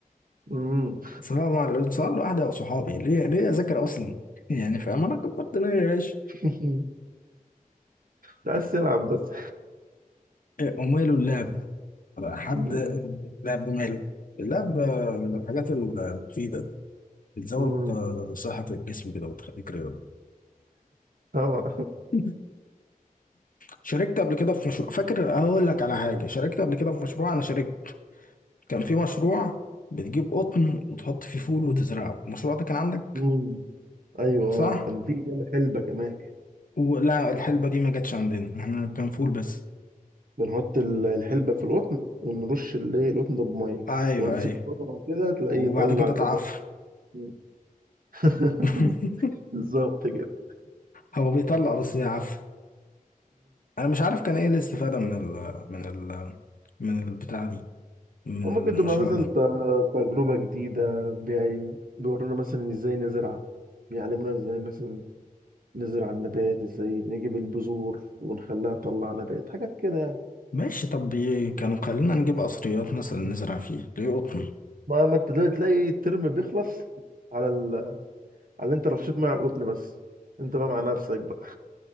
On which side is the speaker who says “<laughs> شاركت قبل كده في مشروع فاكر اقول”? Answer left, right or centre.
Left